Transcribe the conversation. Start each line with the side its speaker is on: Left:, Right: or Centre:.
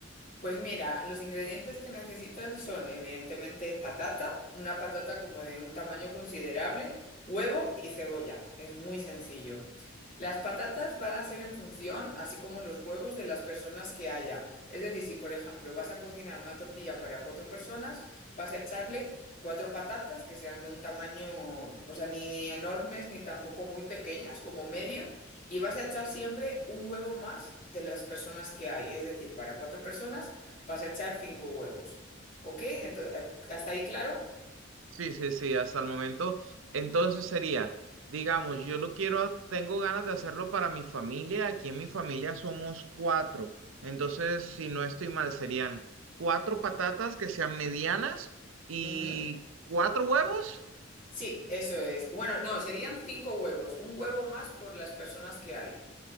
Left: Pues mira, los ingredientes que necesitan son evidentemente patata, una patata como de un tamaño considerable, huevo y cebolla. Es muy sencillo. Las patatas van a ser en función, así como los huevos, de las personas que haya. Es decir, si por ejemplo vas a cocinar una tortilla para cuatro personas, vas a echarle cuatro patatas que sean de un tamaño, o sea, ni enormes ni tampoco muy pequeñas, como medio, y vas a echar siempre un huevo más de las personas que hay. Es decir, para cuatro personas Vas a echar cinco huevos. ¿Ok? Entonces, ¿hasta ahí claro?
Right: Sí, sí, sí, hasta el momento. Entonces sería, digamos, yo lo quiero, tengo ganas de hacerlo para mi familia. Aquí en mi familia somos cuatro. Entonces, si no estoy mal, serían cuatro patatas que sean medianas y
Left: Ujú.
Right: cuatro huevos.
Left: Sí, eso es. Bueno, no, serían cinco huevos. Un huevo más por las personas que hay.